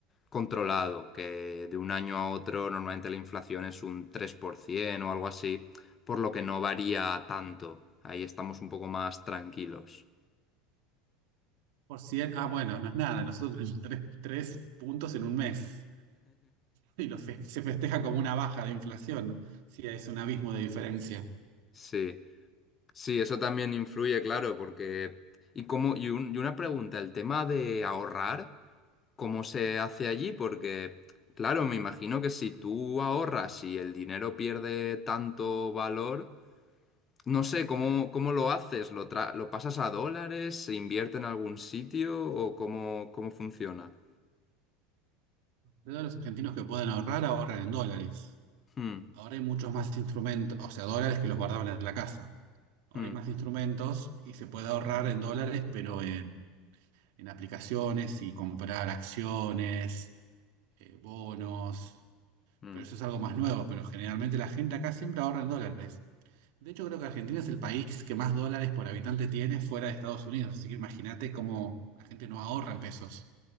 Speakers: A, on the left; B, on the right.
A: controlado, que de un año a otro normalmente la inflación es un 3% o algo así, por lo que no varía tanto. Ahí estamos un poco más tranquilos.
B: Por cien ah, bueno, no es nada, nosotros <laughs> tres, tres puntos en un mes, y lo fe- se festeja como una baja de inflación, sí, es un abismo de diferencia.
A: Sí. Sí, eso también influye, claro, porque... Y, cómo, y, un- y una pregunta, el tema de ahorrar, ¿cómo se hace allí? Porque, claro, me imagino que si tú ahorras y el dinero pierde tanto valor, no sé, ¿cómo, cómo lo haces? ¿Lo, tra- lo pasas a dólares? ¿Se invierte en algún sitio? ¿O cómo, cómo funciona?
B: Todos los argentinos que pueden ahorrar, ahorran en dólares.
A: Hmm,
B: Ahora hay muchos más instrumentos, o sea, dólares que los guardaban en la casa. Ahora
A: hmm,
B: hay más instrumentos y se puede ahorrar en dólares, pero en en aplicaciones y comprar acciones, eh, bonos,
A: hmm.
B: pero eso es algo más nuevo, pero generalmente la gente acá siempre ahorra en dólares. De hecho, creo que Argentina es el país que más dólares por habitante tiene fuera de Estados Unidos, así que imagínate cómo la gente no ahorra en pesos,